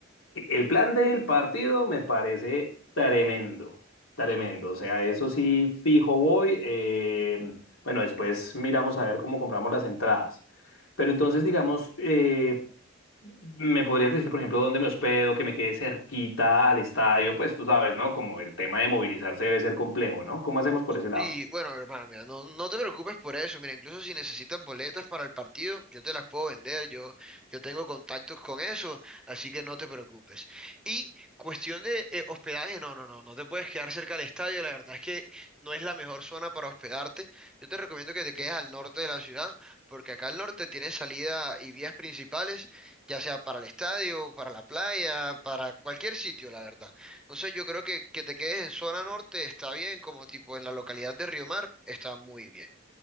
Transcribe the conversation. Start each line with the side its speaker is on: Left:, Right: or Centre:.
Left: El plan del partido me parece tremendo, tremendo. O sea, eso sí, fijo voy. eh, bueno, después miramos a ver cómo compramos las entradas. Pero entonces, digamos, eh, ¿me podrías decir, por ejemplo, dónde me hospedo, que me quede cerquita al estadio? Pues tú sabes, ¿no? Como el tema de movilizarse debe ser complejo, ¿no? ¿Cómo hacemos por ese lado?
Centre: Sí, bueno, mi hermana, mira, no, no te preocupes por eso. Mira, incluso si necesitas boletas para el partido, yo te las puedo vender. Yo, yo tengo contactos con eso, así que no te preocupes. Y cuestión de eh, hospedaje, no, no, no, no te puedes quedar cerca del estadio. La verdad es que no es la mejor zona para hospedarte. Yo te recomiendo que te quedes al norte de la ciudad, porque acá al norte tienes salida y vías principales, ya sea para el estadio, para la playa, para cualquier sitio, la verdad. Entonces yo creo que que te quedes en zona norte está bien, como tipo en la localidad de Río Mar, está muy bien.